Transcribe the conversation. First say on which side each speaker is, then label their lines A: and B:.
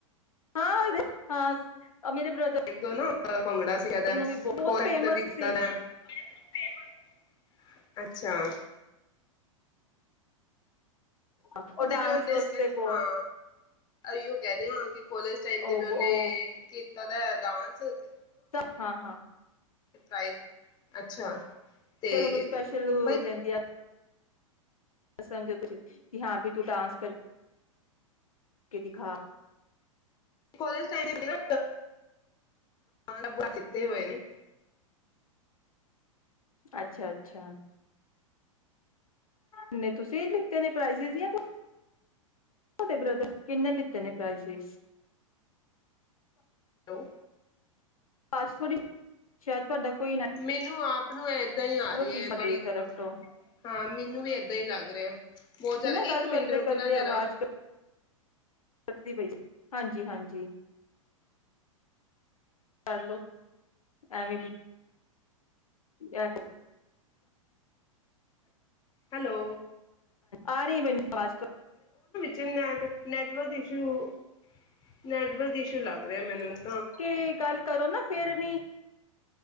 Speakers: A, on the left; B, on the left.
A: ਹਾਂ ਹਾਂ <unintelligible> ਆ ਮੇਰੇ ਬ੍ਰਦਰ
B: ਟਾਈਮ ਤੋਂ ਨਾ ਭੰਗੜਾ ਸੀਖਾਂਦਾ
A: ਨੂੰ ਵੀ ਬਹੁਤ
B: ਔਰ ਐਟਰ
A: ਫੇਮਸ
B: ਵੀ ਕੀਦਾ
A: ਸੀ
B: ਦਾ ਫੇਮਸ। <unintelligible> ਅੱਛਾ।
A: ਅ ਉਹ
B: ਤੇ
A: ਡਾਂਸ
B: ਵੀ ਉਹਨੇ
A: ਵਾਸਤੇ ਬਹੁਤ
B: ਹਾਂ ਅਈਓ ਕਹਿ ਦੇ ਆ ਕਿ ਕੋਲੇਜ ਟਾਈਮ ਤੇ
A: ਉਹ
B: ਵੀ ਉਹਨੇ ਕੀਤਾ ਦ ਡਾਂਸ ਤੇ।
A: ਸਭ ਹਾਂ ਹਾਂ।
B: ਤਿ ਪਰਾਈਜ, ਅੱਛਾ। ਤੇ
A: ਫਿਰ ਉਹਨੂੰ ਸਪੈਸ਼ਲ
B: ਬਈ
A: ਕਹਿੰਦੀ ਆ ਅਸਾਂ ਚੁੱਪ ਸੀ ਕਿ ਹਾਂ ਵੀ ਤੂੰ ਡਾਂਸ ਕਰਕੇ ਦਿਖਾ। <unintelligible>
B: ਕਾਲਜ ਟਾਈਮ ਨੀ ਨਾਂ ਅਦਾ ਹਾਂ ਹੋਏ। <unintelligible>
A: ਅੱਛਾ ਅੱਛਾ। ਨਹੀਂ, ਤੁਸੀਂ ਲਿੱਤੇ ਨੇ ਪ੍ਰਿਸੇਸ ਯਾ ਥੋਡੇ ਬ੍ਰਦਰ ਕਿੰਨੇ ਲਿੱਤੇ ਨੇ ਪ੍ਰਾਈਸ
B: ਹੈਲੋ
A: ਅੱਜ ਥੋੜੀ, ਸ਼ਾਇਦ ਤੁਹਾਡਾ ਕੋਈ
B: ਮੈਨੂੰ ਆਪ ਤੈਨੂੰ ਇਹ। <unintelligible> ਏਦਾਂ ਹੀ
A: ਨੈਟਵਰਕ
B: ਆ ਰਈ ਏ
A: ਇਸ਼ੂ ਤੁਹਾਡੀ
B: ਬੜੀ,
A: ਤਰਫ ਤੋਂ
B: ਹਾਂ ਮੈਨੂੰ ਵੀ ਇਦਾਂ ਨਹੀਂ ਹੀ ਲੱਗ ਰਿਹਾ। ਬਹੁਤ ਜ਼ਿਆਦਾ
A: ਕਿੰਨਾ ਗੱਲ
B: ਇੱਕ ਮਿੰਟ
A: ਕਰਦੇ
B: ਰੁਕਣਾ
A: ਕਰਦੇ
B: ਜਰਾ
A: ਆਵਾਜ਼ ਕ ਕਟਦੀ ਪਈ। ਹਾਂਜੀ ਹਾਂਜੀ, ਕਰਲੋ ਐਵੇਂ ਈ। ਐਪ
B: ਹੈਲੋ
A: ਆ ਰਹੀ ਐ ਮੈਂਨੂੰ ਆਵਾਜ਼ ਤੁਹਾ
B: ਚਨ net network issue network issue ਲੱਗ ਰਿਹਾ ਮੈਨੂੰ ਤ
A: ਕੇ ਗੱਲ ਕਰੋ ਨਾ ਫੇਰ ਨੀ